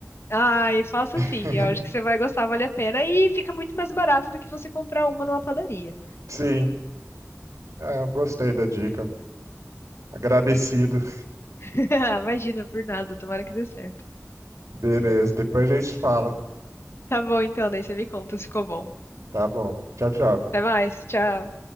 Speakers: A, on the left (about 50°); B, on the right (about 70°).
A: Ai, faça assim.
B: <laughs>
A: eu acho que você vai gostar, vale a pena. E fica muito mais barato do que você comprar uma numa padaria.
B: Sim, ah, eu gostei da dica. Agradecido.
A: <laughs> Imagina, por nada, tomara que dê certo.
B: Beleza, depois a gente fala.
A: Tá bom, então, daí você me conta se ficou bom.
B: Tá bom. Tchau, tchau.
A: Até mais, tchau.